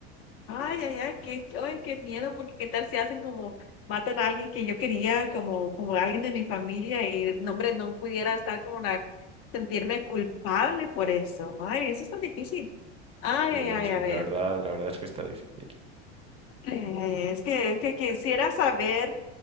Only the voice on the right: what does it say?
Sí,
sí,
la verdad, la verdad es que está difícil.